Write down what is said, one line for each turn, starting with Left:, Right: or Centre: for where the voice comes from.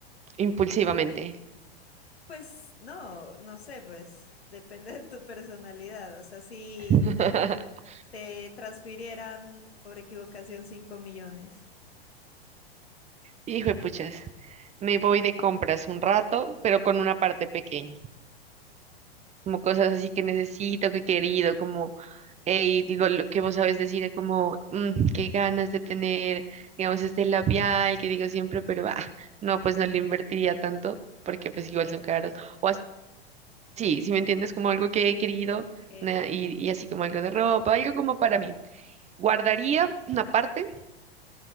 Right: impulsivamente.
Left: Pues no, no sé, pues <laughs> depende de tu personalidad. O sea, si
Right: <laughs>
Left: te transfirieran por equivocación 5 millones.
Right: Hijo de puchas, me voy de compras un rato, pero con una parte pequeña, como cosas así que necesito, que he querido, como, hey, digo lo que vos sabes decir, como, "Mm, qué ganas de tener, digamos, este labial que digo siempre, pero, ah, no, pues no le invertiría tanto, porque pues igual son caros. O Sí, si me entiendes, como algo que he querido
Left: Sí.
Right: una- y, y así como algo de ropa, algo como para mí. Guardaría una parte